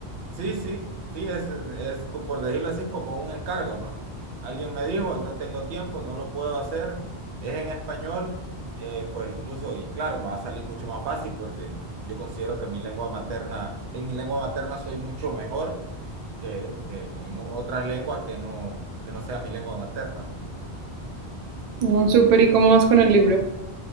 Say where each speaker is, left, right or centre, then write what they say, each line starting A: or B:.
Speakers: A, on the right; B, on the right.
A: Sí, sí, sí, es, es, es, por decirlo así, es como un encargo, ¿no? Alguien me dijo, no tengo tiempo, no lo puedo hacer, es en español, eh, pues incluso, y claro, me va a salir mucho más fácil porque yo considero que mi lengua materna, en mi lengua materna soy mucho mejor que, que en otras lenguas que no, que no sea mi lengua materna, ¿no?
B: No, súper. ¿Y cómo vas con el libro?